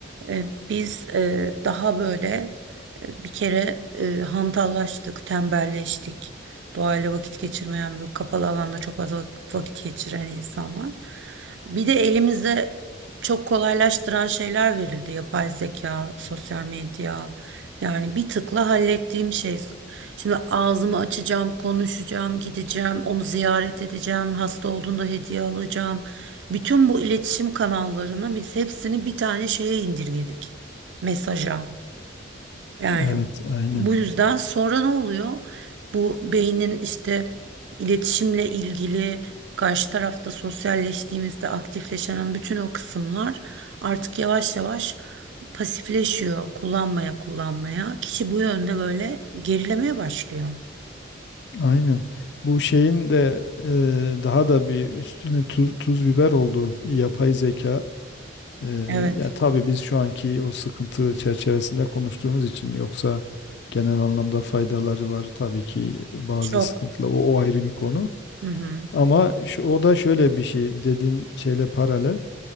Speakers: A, on the right (about 65°); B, on the left (about 60°).
A: e, biz e, daha böyle e, bir kere e, hantallaştık, tembelleştik. Doğayla vakit geçirmeyen, böyle kapalı alanda çok fazla vak- vakit geçiren insanlar. Bir de elimizde çok kolaylaştıran şeyler verildi. Yapay zeka, sosyal medya. Yani bir tıkla hallettiğim şey. Şimdi ağzımı açacağım, konuşacağım, gideceğim, onu ziyaret edeceğim, hasta olduğunda hediye alacağım. Bütün bu iletişim kanallarını biz hepsini bir tane şeye indirgedik. Mesaja. Yani
B: Evet, aynen.
A: bu yüzden sonra ne oluyor? Bu beynin işte iletişimle ilgili karşı tarafta sosyalleştiğimizde aktifleşen bütün o kısımlar artık yavaş yavaş pasifleşiyor kullanmaya kullanmaya. Kişi bu yönde böyle gerilemeye başlıyor.
B: Aynen. Bu şeyin de e, daha da bir üstüne tuz, tuz biber olduğu yapay zeka. E,
A: Evet,
B: ya tabii biz şu anki o sıkıntı çerçevesinde konuştuğumuz için yoksa genel anlamda faydaları var tabii ki bazı
A: çok.
B: sıkıntılar o o ayrı bir konu.
A: Hı hı.
B: Ama şu, o da şöyle bir şey dediğin şeyle paralel.